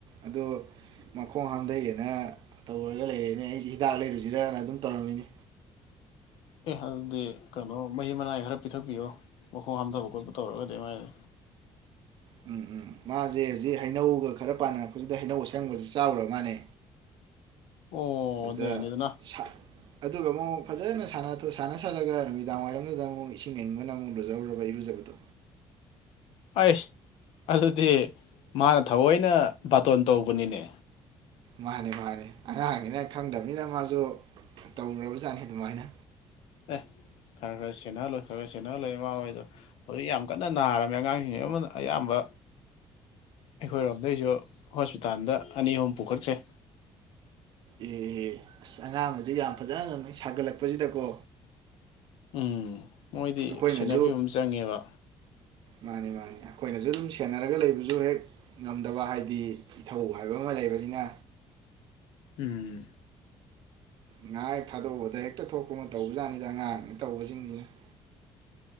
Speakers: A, on the right; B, on the left.
A: ꯑꯗꯨ ꯃꯈꯣꯡ ꯍꯥꯡꯊꯩꯦꯅ ꯇꯧꯔꯒ ꯂꯩꯔꯦꯅꯦ ꯑꯩꯁ ꯍꯤꯗꯥꯛ ꯂꯩꯔꯨꯁꯤꯔꯅ ꯑꯗꯨꯝ ꯇꯧꯔꯝꯃꯤꯅꯤ
B: ꯑꯦ ꯑꯗꯨꯗꯤ ꯀꯩꯅꯣ ꯃꯍꯤ ꯃꯅꯥꯏ ꯈꯔ ꯄꯤꯊꯛꯄꯤꯌꯣ ꯃꯈꯣꯡ ꯍꯥꯝꯊꯕ ꯈꯣꯠꯄ ꯇꯧꯔꯒꯗꯤ ꯑꯗꯨꯃꯥꯏꯗꯤ
A: ꯎꯝ ꯎꯝ ꯃꯥꯖꯦ ꯍꯧꯖꯤꯛ ꯍꯩꯅꯧꯒ ꯈꯔ ꯄꯥꯟꯅꯔꯛꯄꯁꯤꯗ ꯍꯩꯅꯧ ꯑꯁꯪꯕꯁꯤ ꯆꯥꯎꯔꯕ ꯃꯥꯅꯦ
B: ꯑꯣ
A: ꯑꯗꯨꯗ
B: ꯑꯗꯨꯅꯅꯤꯗꯅꯥ
A: ꯁꯥ ꯑꯗꯨꯒ ꯑꯃꯨꯛ ꯐꯖꯅ ꯁꯥꯟꯅ ꯁꯥꯟꯅꯁꯜꯂꯒ ꯅꯨꯃꯤꯗꯥꯡ ꯋꯥꯏꯔꯝꯗꯨꯗ ꯑꯃꯨꯛ ꯏꯁꯤꯡ ꯑꯏꯪꯕꯅ ꯑꯃꯨꯛ ꯂꯨꯖꯔꯨꯔꯕ ꯏꯔꯨꯖꯕꯗꯣ
B: ꯑꯩꯁ ꯑꯗꯨꯗꯤ ꯃꯥꯅ ꯊꯑꯣꯏꯅ ꯕꯥꯇꯣꯟ ꯇꯧꯕꯅꯤꯅꯦ
A: ꯃꯥꯅꯦ ꯃꯥꯅꯦ ꯑꯉꯥꯡꯅꯤꯅ ꯈꯪꯗꯕꯅꯤꯅ ꯃꯥꯁꯨ ꯇꯧꯔꯨꯔꯕꯖꯥꯠꯅꯤ ꯑꯗꯨꯃꯥꯏꯅ
B: ꯑꯦ ꯈꯔ ꯈꯔ ꯁꯦꯟꯅꯍꯜꯂꯣꯏ ꯈꯔ ꯈꯔ ꯁꯦꯟꯅꯍꯜꯂꯣꯏ ꯏꯃꯥ ꯍꯣꯏꯗꯣ ꯍꯧꯖꯤꯛ ꯌꯥꯝ ꯀꯟꯅ ꯅꯥꯔꯝꯃꯦ ꯑꯉꯥꯡꯁꯤꯡꯁ ꯑꯃꯅ ꯑꯌꯥꯝꯕ ꯑꯩꯈꯣꯏꯔꯣꯝꯗꯩꯁꯨ ꯍꯣꯁꯄꯤꯇꯥꯜꯗ ꯑꯅꯤ ꯑꯍꯨꯝ ꯄꯨꯈꯠꯈ꯭ꯔꯦ
A: ꯑꯦ ꯑꯉꯥꯡꯕꯁꯤ ꯌꯥꯝ ꯐꯖꯅ ꯁꯥꯒꯠꯂꯛꯄꯁꯤꯗꯀꯣ
B: ꯎꯝ ꯃꯣꯏꯗꯤ
A: ꯑꯩꯈꯣꯏꯅꯁꯨ
B: ꯁꯦꯟꯅꯕꯤꯕ ꯑꯃ ꯆꯪꯉꯦꯕ
A: ꯃꯥꯅꯤ ꯃꯥꯅꯤ ꯑꯩꯈꯣꯏꯅꯁꯨ ꯑꯗꯨꯝ ꯁꯦꯟꯅꯔꯒ ꯂꯩꯕꯁꯨ ꯍꯦꯛ ꯉꯝꯗꯕ ꯍꯥꯏꯗꯤ ꯏꯊꯧ ꯍꯥꯏꯕ ꯑꯃ ꯂꯩꯕꯅꯤꯅ
B: ꯎꯝ
A: ꯉꯥꯛ ꯊꯥꯗꯣꯛꯎꯕꯗꯕꯗ ꯍꯦꯛꯇ ꯊꯣꯛ ꯇꯧꯕꯖꯥꯠꯅꯤꯗ ꯑꯉꯥꯡ ꯇꯧꯕꯁꯤꯡꯁꯤꯅ <inaudible>